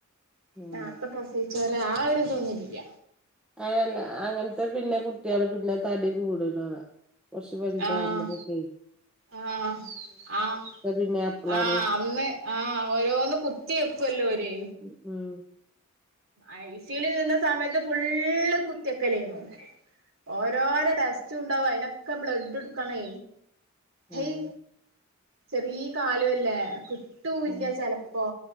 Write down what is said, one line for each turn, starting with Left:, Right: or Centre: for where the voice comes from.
Centre: ഉം
Right: നേരുത്തെ പ്രസവിച്ചോ ആ ഒരു ഇത്‌യില്ല
Centre: ആഹ് അല്ല അങ്ങനത്തെ പിന്നെ കുട്ടികള് പിന്നെ തടി കൂടുലാന്ന് കൊറച്ച് വലുതാകുമ്പോ
Right: ആഹ്
Centre: കുത്തി വയ്ക്കും
Right: ആഹ് ആഹ്
Centre: പിന്നെ അപ്പളാണ്
Right: ആഹ് അന്നെ ആഹ് ഓരോന്ന് കുത്- കുത്തി വെക്കുല്ലോ ഓര്.
Centre: ഉം.
Right: ഐ സി യു യിൽ നിന്ന സമയത്ത് ഫുള്ള് കുത്തിവയ്ക്കലായിരുന്നു ഓരോരോ ടെസ്റ്റുയുണ്ടാവും അയിനൊക്കെ ബ്ലഡ് എടുക്കണേ
Centre: ആഹ്
Right: ഏയെ ചെറിയ കാലും അല്ലേ ഒട്ടൂല്ല
Centre: ഉം
Right: ചെലപ്പോ